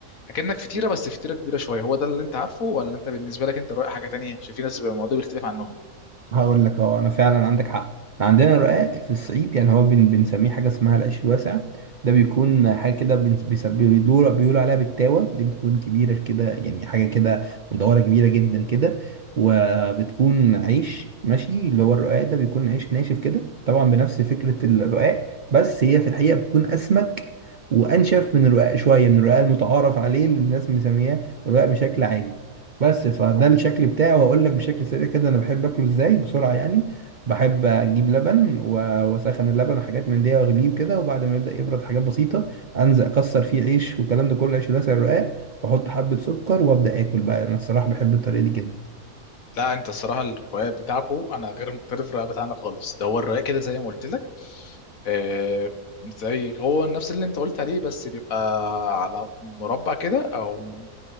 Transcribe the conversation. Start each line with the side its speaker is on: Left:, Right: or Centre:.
Left: اكنك فطيره بس فطيره كبيره شويه هو ده اللي انت عارفه ولا انت بالنسبه لك انت رايح حاجه تانية عشان في ناس بيبقى الموضوع بيختلف عنهم
Right: هقول لك اه انا فعلا عندك حق عندنا الرقاق في الصعيد يعني هو بن بنسميه حاجه اسمها العيش الواسع ده بيكون حاجه كده بن- بيس- بيدور بيقول عليها بالتاوه دي بتكون كبيره كده يعني حاجه كده مدوره كبيره جدا كده وبتكون عيش ماشي اللي هو الرقاق ده بيكون عيش ناشف كده طبعا بنفس فكره الرقاق بس هي في الحقيقه بتكون اسمك وانشف من الرقاق شويه من الرقاق المتعارف عليه اللي الناس مسمياه رقاق بشكل عادي بس فده الشكل بتاعي وهقول لك بشكل سريع كده انا بحب اكله ازاي بسرعه يعني بحب اجيب لبن و- واسخن اللبن وحاجات من دي واغليه وكده وبعد ما يبدا يبرد حاجات بسيطه انزل اكسر فيه عيش والكلام ده كله عيش الواسع الرقاق واحط حبه سكر وابدا اكل بقى انا الصراحه بحب الطريقه دي جدا
Left: لا انت الصراحه الروايه بتاعكو انا غير مختلف الروايه بتاعنا خالص ده هو الروايه كده زي ما قلت لك آه زي هو نفس اللي انت قلت عليه بس بيبقى على مربع كده او م-